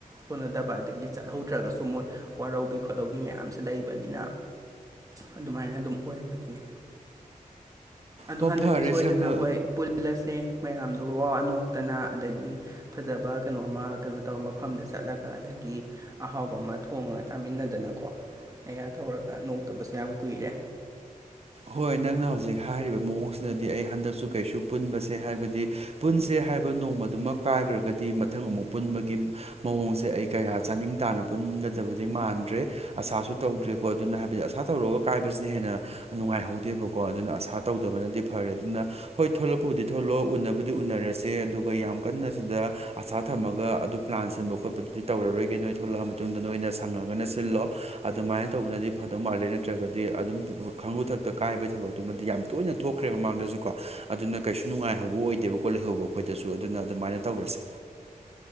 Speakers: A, on the right; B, on the right.
A: ꯀꯣꯟꯅꯗꯕ ꯑꯗꯒꯤ ꯆꯠ ꯍꯧꯗ꯭ꯔꯒꯁꯨ ꯃꯣꯏ ꯋꯥꯔꯧꯕꯤ ꯈꯣꯠꯂꯧꯕꯤ ꯃꯌꯥꯝꯁꯤ ꯂꯩꯕꯅꯤꯅ ꯑꯗꯨꯃꯥꯏꯅ ꯑꯗꯨꯝ ꯑꯣꯏꯕꯒꯤꯅꯦ ꯑꯗꯨ
B: ꯍꯣ
A: ꯍꯟꯗꯛꯇꯤ
B: ꯐꯔꯦ
A: ꯁꯣꯏꯗꯅ
B: ꯁꯪꯒ
A: ꯍꯣꯏ ꯄꯨꯜ ꯂꯁꯦ ꯃꯌꯥꯝꯗꯣ ꯋꯥꯋꯥ ꯅꯣꯛꯇꯅ ꯑꯗꯒꯤ ꯐꯖꯕ ꯀꯩꯅꯣ ꯑꯃ ꯀꯩꯅꯣ ꯇꯧꯔꯒ ꯃꯐꯝꯗ ꯆꯠꯂꯒ ꯑꯗꯒꯤ ꯑꯍꯥꯎꯕ ꯑꯃ ꯊꯣꯡꯉꯒ ꯆꯥꯃꯤꯟꯅꯗꯅꯀꯣ ꯑꯩꯒ ꯇꯧꯔꯒ ꯅꯣꯛꯇꯕꯁꯨ ꯌꯥꯝ ꯀꯨꯏꯔꯦ
B: ꯍꯣꯏ ꯅꯪꯅ ꯍꯧꯖꯤꯛ ꯍꯥꯏꯔꯤꯕ ꯃꯑꯣꯡꯁꯤꯅꯗꯤ ꯑꯩ ꯍꯟꯗꯛꯁꯨ ꯀꯩꯁꯨ ꯄꯨꯟꯕꯁꯦ ꯍꯥꯏꯕꯗꯤ ꯄꯨꯟꯁꯦ ꯍꯥꯏꯕ ꯅꯣꯡꯃꯥꯗꯨꯃꯥ ꯀꯥꯏꯒꯔꯥꯒꯗꯤ ꯃꯊꯪ ꯑꯃꯨꯛ ꯄꯨꯟꯕꯒꯤ ꯃꯑꯣꯡꯁꯦ ꯑꯩ ꯀꯌꯥ ꯆꯥꯅꯤꯡ ꯇꯥꯅ ꯄꯨꯟꯒꯗꯕꯗꯤ ꯃꯥꯟꯗ꯭ꯔꯦ ꯑꯁꯥꯁꯨ ꯇꯧꯗ꯭ꯔꯦꯀꯣ ꯑꯗꯨꯅ ꯍꯥꯏꯕꯗꯤ ꯑꯁꯥ ꯇꯧꯔꯨꯔꯒ ꯀꯥꯏꯕꯁꯤꯅ ꯍꯦꯟꯅ ꯅꯨꯡꯉꯥꯏꯍꯧꯗꯦꯕꯀꯣ ꯑꯗꯨꯅ ꯑꯁꯥ ꯇꯧꯗꯕꯅꯗꯤ ꯐꯔꯦ ꯑꯗꯨꯅ ꯍꯣꯏ ꯊꯣꯛꯂꯛꯄꯕꯨꯗꯤ ꯊꯣꯛꯂꯣ ꯎꯟꯅꯕꯨꯗꯤ ꯎꯅꯔꯁꯤ <unintelligible> ꯑꯗꯨꯒ ꯌꯥꯝ ꯀꯟꯅ ꯁꯤꯗ ꯑꯁꯥ ꯊꯝꯃꯒ ꯑꯗꯨ ꯄ꯭ꯂꯥꯟ ꯁꯤꯟꯕ ꯈꯣꯠꯄꯗꯨꯗꯤ ꯇꯧꯔꯔꯣꯏꯒꯦ ꯅꯣꯏ ꯊꯣꯛꯂꯛꯑ ꯃꯇꯨꯡꯗ ꯅꯣꯏꯅ ꯁꯪꯉꯒꯅ ꯁꯤꯜꯂꯣ ꯑꯗꯨꯃꯥꯏꯅ ꯇꯧꯕꯅꯗꯤ ꯐꯗꯧ ꯃꯥꯜꯂꯦ ꯅꯠꯇ꯭ꯔꯒꯗꯤ ꯑꯗꯨꯝ ꯈꯥꯉꯨ ꯊꯛꯇ ꯀꯥꯏꯕꯩ ꯊꯕꯛꯇꯨꯃꯗꯤ ꯌꯥꯝ ꯇꯣꯏꯅ ꯊꯣꯛꯈ꯭ꯔꯦ ꯃꯃꯥꯡꯗꯁꯨꯀꯣ ꯑꯗꯨꯅ ꯀꯩꯁꯨ ꯅꯨꯡꯉꯥꯏꯍꯧꯕ ꯑꯣꯏꯗꯦꯕ ꯀꯣ ꯂꯩꯍꯧꯕ ꯑꯈꯣꯏꯗꯁꯨ ꯑꯗꯨꯅ ꯑꯗꯨꯃꯥꯏꯅ ꯇꯧꯔꯁꯤ